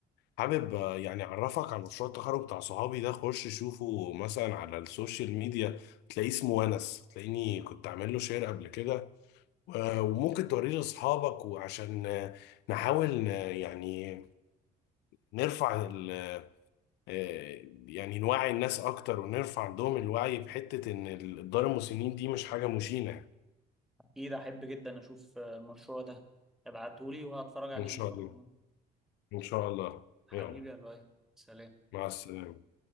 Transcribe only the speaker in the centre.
اكيد احب جدا اشوف آه، المشروع ده ابعتهولي وهتفرج عليه
ان شاء
الله
حبيبي
يا لؤي سلام